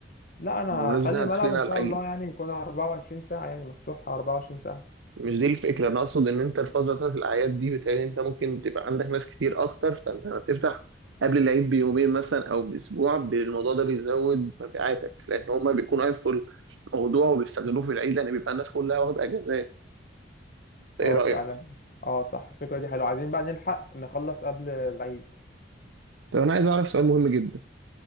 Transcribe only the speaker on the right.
بمناسبة
إن إحنا
داخلين
على
العيد
مش دي الفكرة أنا أقصد إن أنت الفترة بتاعت الأعياد دي بتهيألي أنت ممكن تبقى عندك ناس كتير أكتر فأنت لما تفتح قبل العيد بيومين مثلا أو بأسبوع ب- الموضوع ده بيزود مبيعاتك لأن هما بيكونوا عارفوا الموضوع وبيستغلوه في العيد لأن بيبقى الناس كلها واخدة أجازات إيه
رأيك؟
طب أنا عايز أعرف سؤال مهم جدا